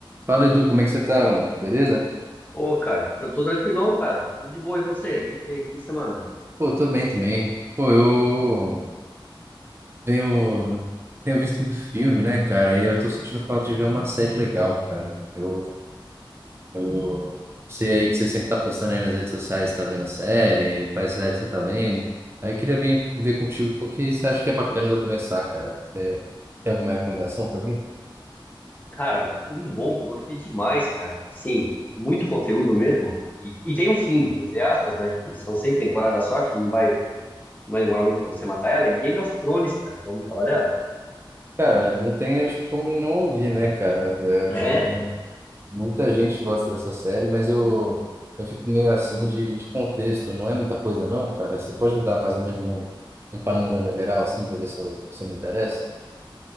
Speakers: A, on the right; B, on the left.
A: Fala, Edu, como é que você tá, mano? Beleza?
B: Ô, cara, tô, tô tranquilão, cara. Tudo de boa. E você? O que você que você manda?
A: Pô, tô bem também. Pô, eu tenho, tenho visto muito filme, né, cara? E eu tô sentindo falta de ver uma série legal, cara. Eu, eu sei aí que você sempre tá postando aí nas redes sociais, tá vendo série, quais séries você tá vendo. Aí eu queria vir ver contigo qual que você acha que é bacana de eu começar, cara. Você tem alguma recomendação pra mim?
B: Cara, um bom que eu gostei demais, cara. Sim, muito conteúdo mesmo. E, e tem um fim, entre aspas, né? Que são seis temporadas só, acho que não vai, não vai demorar muito pra você matar ela. É Game of Thrones, cara. Já ouviu falar dela?
A: Cara, não tem, acho que como não ouvir, né, cara? Eu Acho
B: É.
A: que Muita gente gosta dessa série, mas eu, eu fico meio assim de, de contexto. Não é muita coisa, não, cara. Você pode me dar mais ou menos um, um panorama geral, assim, pra ver se eu, se eu me interesso?